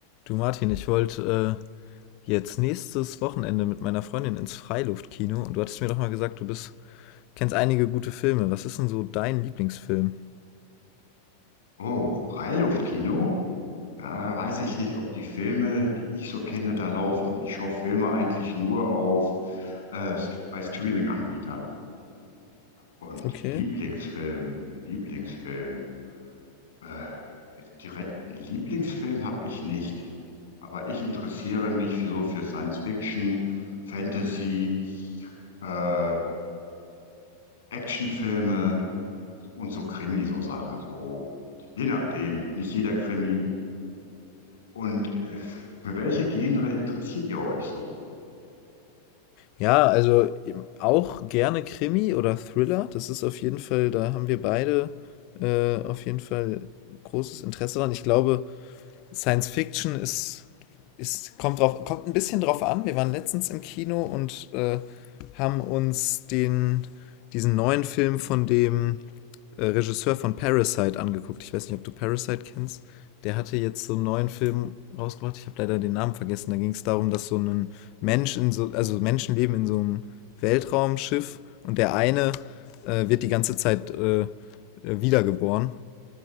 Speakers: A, on the left; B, on the left.
A: Du Martin, ich wollte äh, jetzt nächstes Wochenende mit meiner Freundin ins Freiluftkino und du hattest mir doch mal gesagt, du bist, kennst einige gute Filme. Was ist denn so dein Lieblingsfilm?
B: Oh, Freiluftkino? Da weiß ich nicht, ob die Filme, die ich so kenne, da laufen. Ich schaue Filme eigentlich nur auf äh, st- bei Streaming-Anbietern. Und
A: Okay.
B: Lieblingsfilm, Lieblingsfilm. Äh, jetzt direkt einen Lieblingsfilm habe ich nicht. Aber ich interessiere mich für, so für Science Fiction, Fantasy, äh, Actionfilme und so Krimi, so Sachen. So, je nachdem. Nicht jeder Krimi. Und äh, für welche Genre interessiert ihr euch so?
A: Ja, also ähm, auch gerne Krimi oder Thriller. Das ist auf jeden Fall, da haben wir beide äh, auf jeden Fall großes Interesse dran. Ich glaube, Science Fiction ist, ist kommt drauf, kommt ein bisschen drauf an. Wir waren letztens im Kino und äh, haben uns den, diesen neuen Film von dem äh, Regisseur von Parasite angeguckt. Ich weiß nicht, ob du Parasite kennst. Der hatte jetzt so einen neuen Film rausgebracht. Ich habe leider den Namen vergessen. Da ging es darum, dass so ein Mensch in so, also Menschen leben in so einem Weltraumschiff und der eine äh, wird die ganze Zeit äh, äh, wiedergeboren.